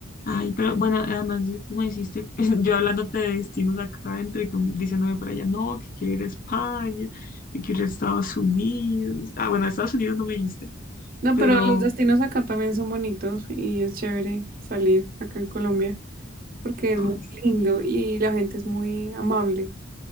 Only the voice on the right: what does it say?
No,
pero los destinos acá también son bonitos y es chévere salir acá en Colombia porque es
muy lindo
y la gente es muy amable.